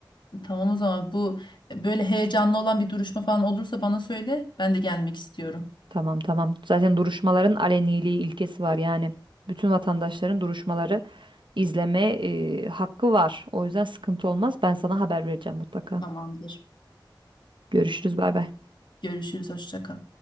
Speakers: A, on the left; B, on the right.
A: Tamam o zaman bu böyle heyecanlı olan bir duruşma falan olursa bana söyle. Ben de gelmek istiyorum.
B: Tamam tamam. Zaten duruşmaların aleniliği ilkesi var yani. Bütün vatandaşların duruşmaları izleme e, hakkı var. O yüzden sıkıntı olmaz. Ben sana haber vereceğim mutlaka.
A: Tamamdır.
B: Görüşürüz. Bay bay.
A: Görüşürüz. Hoşça kal.